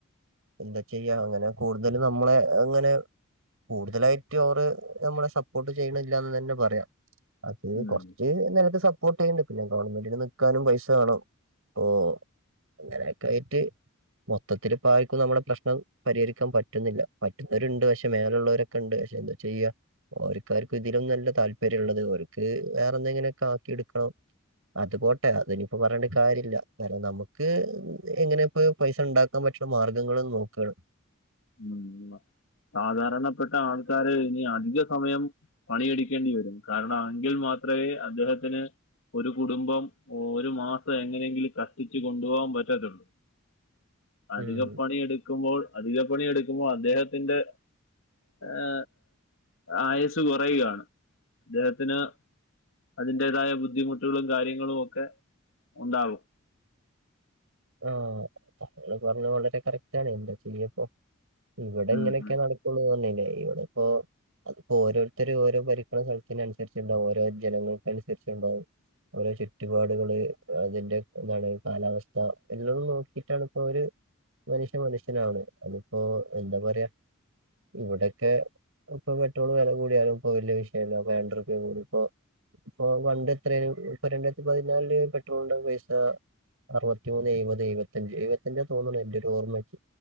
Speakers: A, on the right; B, on the left.
A: എന്താ ചെയ്യാ അങ്ങനെ കൂടുതല് നമ്മളെ അങ്ങനെ കൂടുതലായിട്ടും അവര് നമ്മളെ സപ്പോർട്ട് ചെയ്യണില്ലന്ന് തന്നെ പറയാം അത്
B: ഉം.
A: കൊറച്ച് നരത്തെ സപ്പോട്ട് ചെയ്യണ്ട് പിന്നെ ഗവൺമെന്റിന് നിക്കാനും പൈസ വേണം ഓ അങ്ങനെയൊക്കെ ആയിട്ട് മൊത്തത്തില് പോ നമുക്ക് നമ്മുടെ പ്രശ്നം പരിഹരിക്കാൻ പറ്റുന്നില്ല പറ്റുന്നവരുണ്ട് പക്ഷെ മേലുള്ളവരൊക്കെ ഉണ്ട് പക്ഷെ എന്താ ചെയ്യാ ഓര്ക്കാർക്കും ഇതിലും അല്ല താല്പര്യം ഉള്ളത് അവര്ക്ക് വേറെന്തെങ്ങനെയൊക്കെ ആക്കി എടുക്കണം അത് പോട്ടെ അതിനിയിപ്പോ പറഞ്ഞിട്ട് കാര്യമില്ല കാരണം നമുക്ക് എങ്ങനെ ഇപ്പ പൈസ ഉണ്ടാക്ക ൻറ്റുള്ള മാർഗങ്ങളൾന്ന് നോക്കുകയാണ്
B: ഉ സാധാരണപ്പെട്ട ആൾ ആൾക്കാര് ഇനി അധിക സമയം പണിയെടിക്കേണ്ടി വരുന്നു കാരണം എങ്കിൽ മാത്രമേ അദ്ദേഹത്തിന് ഒരു കുടുംബം ഒരു മാസം എങ്ങനെങ്കിലും കഷ്ടിച്ച് കൊണ്ടുപോകാൻ പറ്റത്തുള്ളൂ അധികപ്പണി
A: ഉം
B: എടുക്കുമ്പോൾ അധിക പണി എടുക്കുമ്പോൾ അദ്ദേഹത്തിന്റെ ഏ ആയസ്സ് കുറയുകയാണ് അദ്ദേഹത്തിന് അതിന്റേതായ ബുദ്ധിമുട്ടുകളും കാര്യങ്ങളു ഒക്കെ ഉണ്ടാവും
A: ആഹ താങ്കള് പറഞ്ഞത് വളരെ കറക്റ്റ് ആണ് എന്താ ചെയ്യപ്പോ ഇവിടെ
B: ഉം,
A: ഇങ്ങനെയൊക്കെയ
B: ഉം.
A: നടക്കുള്ളൂന്ന് പറഞ്ഞല്ലേ ഇവിടെ ഇപ്പോ അത്പ്പോ ഓരോരുത്തർ ഓരോ പരിക്കണ സ്ഥലത്തിന് അനുസരിച്ചുണ്ടാവും ഓരോ ജനങ്ങൾക്ക അനുസരിച്ചുണ്ടാവും ഓരോ ചുറ്റുപാടുകള് അതിന്റെ എന്താണ് കാലാവസ്ഥ അപ്പ എല്ലതും നോക്കിയിട്ടാണ് ഇപ്പൊ അവര് മനുഷ്യ മനുഷ്യനാണ് അതിപ്പോ എന്താ പറയാ ഇവിടെക്കെ ഇപ്പൊ പെട്രോൾ വില കൂടിയാലും ഇപ്പോ വല്യ വിഷയല്ലോ അപ്പൊ രണ്ടുർപ്യ കൂടി ഇപ്പോ ഇപ്പൊ പണ്ട് എത്രയ ഇപ്പ രണ്ടായിരത്തി പതിനാലില് പെട്രോളിൻ്റെ പൈസ അറുപത്തിമൂന്ന് എഴുപത് എഴപത്തഞ്ച് എഴപത്തഞ്ച് തോന്നുന്നു എന്റെറെ ഒരു ഓർമ്മക്ക്